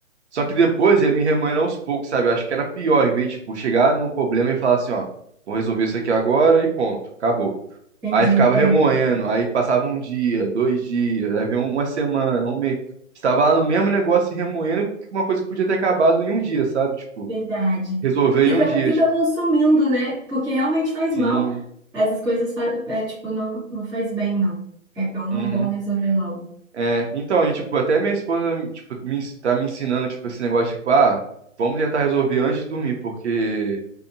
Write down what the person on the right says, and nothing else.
Só que depois ia me remoendo aos poucos, sabe? Eu acho que era pior, em vez de, tipo, chegar num problema e falar assim, ó, vou resolver isso aqui agora e ponto, acabou.
Aí ficava
remoendo, aí passava um dia, dois dias, aí vinha uma semana, um mês. Estava lá no mesmo negócio e remoendo uma coisa que podia ter acabado em um dia, sabe? Tipo,
resolver
em um dia,
tipo,
sim,
uhum.
É, então, e, tipo, até minha esposa, tipo, me, ens- tá me ensinando, tipo, esse negócio, tipo, ah, vamos tentar resolver antes de dormir, porque